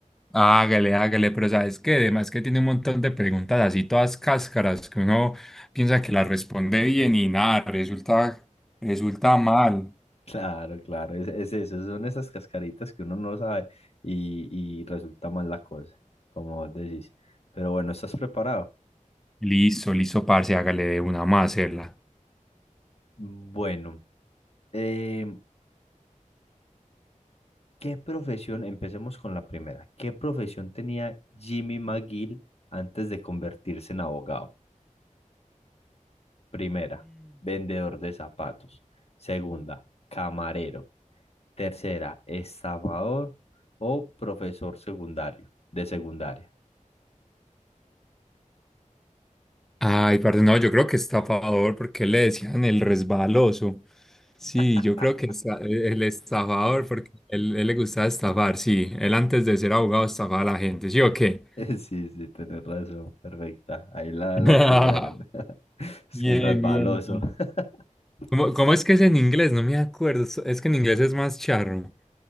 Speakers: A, in the centre; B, on the left (about 50°).
A: Hágale, hágale, pero sabes que además que tiene un montón de preguntas así, todas cáscaras, que uno piensa que las responde bien y nada, resulta, resulta mal.
B: Claro, claro, es, es eso, son esas cascaritas que uno no sabe y, y resulta mal la cosa, como vos decís. Pero bueno, ¿estás preparado?
A: Listo, listo, parce, hágale de una más, hacerla.
B: Bueno, em, ¿qué profesión? Empecemos con la primera. ¿Qué profesión tenía Jimmy McGill antes de convertirse en abogado? Primera, vendedor de zapatos. Segunda, camarero. Tercera, estafador o profesor secundario, de secundaria.
A: Ay, parce, no, yo creo que estafador, porque le decían el resbaloso. Sí,
B: <laughs>
A: yo creo que esta- el estafador, porque él, él le gustaba estafar, sí. Él antes de ser abogado estafaba a la gente, ¿sí o qué?
B: Sí, sí, tenés razón, perfecta. Ahí la,
A: <laughs>
B: la chulearon. <laughs> Es
A: Bien,
B: que el resbaloso.
A: bien, bien.
B: <laughs>
A: ¿Cómo, cómo es que es en inglés? No me acuerdo. Es es que en inglés es más charro.